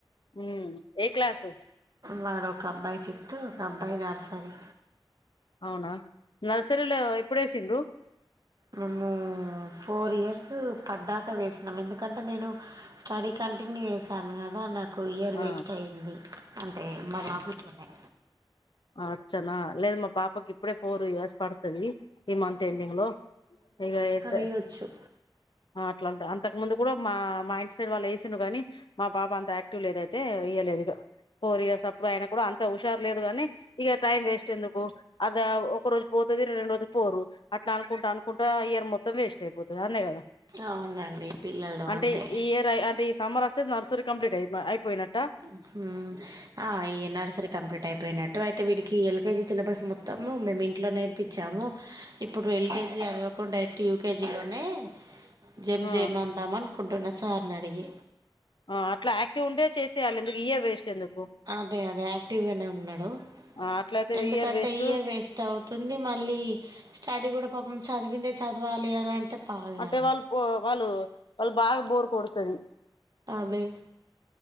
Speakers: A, on the left (about 75°); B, on the right (about 50°).
A: మ్ ఏ క్లాసు?
B: వాడు ఒక అబ్బాయి ఫిఫ్తు ఒక అబ్బాయి నర్సరీ
A: అవునా నర్సరీలో ఎప్పుడేసిండ్రు
B: మేము ఫోరియర్స్ పడ్డాక వేసినం ఎందుకంటే నేను స్టడీ కంటిన్యూ చేశాను కదా నాకు ఇయర్ వేస్ట్
A: ఆ
B: అయింది అంటే మా బాబుతోన్నే
A: అ-అచ్చనా లేదు మా పాపకి ఇప్పుడే ఫోర్ ఇయర్స్ పడుతది ఈ మంతేండింగ్లో ఇగ ఎద్ద
B: వేయొచ్చు
A: అ అట్లాంట అంతకు ముందు కూడా మా మా ఇంటి సైడ్ వాళ్ళు వేసిన్ కాని మా బాబా అంత యాక్టివ్ లేదైతే వెయ్య లేదు ఇగ ఫోర్ ఇయర్స్ అబ్బాయి అయిన కూడా అంత హుషారు లేదు గాని. ఇగ టైం వేస్ట్ ఎందుకు. అద ఒక రోజు పోతుంది రెండ్రోజులు పోరు అట్లానుకుంటానుకుంటా ఆ ఇయర్ మొత్తం వేస్ట్ అయిపోతది ఆడ్ నే కదా
B: అవునండి పిల్లలు
A: అంటే
B: అంతే
A: ఈ ఇయర్ అంటే ఈ సమ్మర్ ఓస్తే నర్సరీ కంప్లీట్ అయి అయిపోయ్నట్ట
B: ఉమ్ ఆ ఈ నర్సరీ కంప్లీట్ అయిపోయినట్టు, అయితే వీడికి ఎల్కేజీ సిలబస్ మొత్తము మేమింట్లో నేర్పించాము. ఇప్పుడు ఎల్కేజీ అద్వకుండ డైరెక్ట్ యూకేజీ లోనే జమ్
A: ఆ
B: జమ్ అందాం అన్ కుంటున్న సార్నిడిగి
A: ఆ అట్లా యాక్టివ్ ఉండే చేసేయాలి ఎందుకు ఇయర్ వేస్ట్ ఎందుకు?
B: అదే అదే యాక్టివ్గానే ఉన్నాడు.
A: ఆ అట్లయితే
B: ఎందుకంటే
A: వేస్ట్
B: ఇయర్ వేస్ట్ అవుతుంది. మళ్ళీ స్టడీ కూడా పాపం చదివిందే చద్వాలి అని అంటే బాగా
A: అంటే వాళ్ళు వాళ్ళు వాళ్ళు బాగా బోర్కొడుతది.
B: అదే